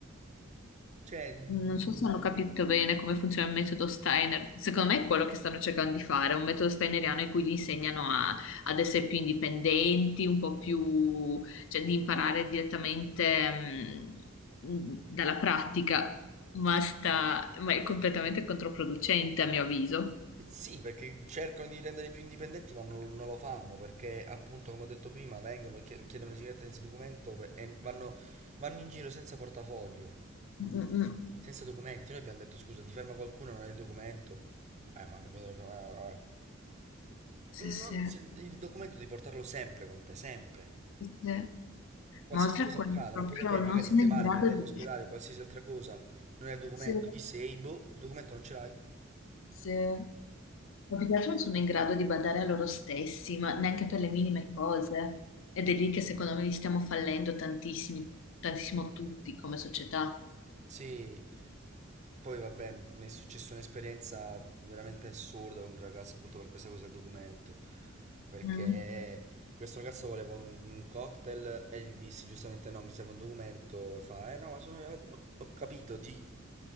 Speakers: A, on the right; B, on the left.
A: Cioè, mm,
B: Non so se hanno capito bene come funziona il metodo Steiner. Secondo me è quello che stanno cercando di fare, è un metodo steineriano in cui gli insegnano a- ad essere più indipendenti, un po' più, cioè di imparare direttamente mh, dalla pratica, ma, sta, ma è completamente controproducente a mio avviso.
A: Sì, perché cercano di rendere più indipendenti, ma non, non lo fanno perché, appunto, come ho detto prima, vengono, chie- chiedono le sigarette senza documento per- e vanno, vanno in giro senza portafoglio,
B: Mm-mm.
A: senza documenti. Noi abbiamo detto: scusa, ti ferma qualcuno, non hai il documento. Eh, ma capito? cioè, eh,
B: Sì,
A: eh.
B: sì,
A: Non si- il documento devi portarlo sempre con te, sempre.
B: sì.
A: Qualsiasi
B: Ma oltre
A: cosa
B: a quello,
A: accada,
B: proprio
A: non puoi sapere,
B: non
A: magari
B: sono
A: stai
B: in
A: male,
B: grado
A: devi andare
B: di...
A: in ospedale, qualsiasi altra cosa, non hai il documento,
B: Sì,
A: chi sei, boh, il documento non ce l'hai.
B: sì. Ma più che altro non sono in grado di badare a loro stessi, ma neanche per le minime cose. Ed è lì che secondo me li stiamo fallendo tantissimi, tantissimo tutti come società.
A: Sì, Poi vabbè, mi è successa un'esperienza veramente assurda con un ragazzo appunto per questa cosa del documento, perché
B: Mm.
A: questo ragazzo voleva un, un cocktail e gli dissi giustamente no, mi serve un documento e fa, eh no, ma sono io, ho, ho capito, ti,